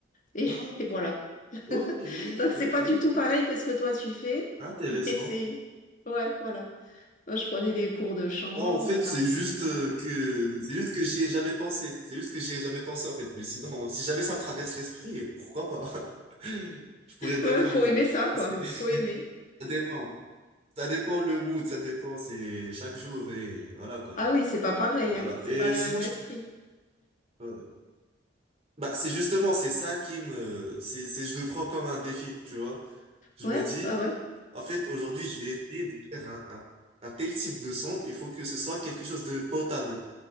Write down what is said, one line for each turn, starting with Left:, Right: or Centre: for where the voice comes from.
Left: Et,
Right: Ah,
Left: <laughs> et voilà.
Right: ok,
Left: <laughs> Donc, c'est
Right: ok,
Left: pas du tout pareil que ce que toi, tu fais.
Right: intéressant.
Left: Mais c'est... Ouais, voilà. Moi, je prenais des cours de chant
Right: Bon, en fait,
Left: euh, Mhm. particuliers.
Right: c'est juste euh, que c'est juste que j'y ai jamais pensé. C'est juste que j'y ai jamais pensé en fait. Mais sinon, si jamais ça me traverse l'esprit, pourquoi pas? <laughs> Je pourrais bien
Left: Ouais,
Right: faire
Left: faut
Right: un jour.
Left: aimer ça, quoi.
Right: Qui sait?
Left: Faut aimer.
Right: Ça dépend. Ça dépend le mood, ça dépend, c'est chaque jour et voilà quoi.
Left: Ah oui, c'est pas pareil,
Right: Bah, Voilà.
Left: hein. C'est
Right: Et
Left: pas le
Right: sinon,
Left: même
Right: je...
Left: esprit.
Right: ouais. bah, c'est justement, c'est ça qui me, c'est, c'est, je le prends comme un défi, tu vois. Je
Left: Ouais,
Right: me dis,
Left: ouais, ouais.
Right: en fait, aujourd'hui, je vais essayer de faire un, un, un tel type de son, il faut que ce soit quelque chose de potable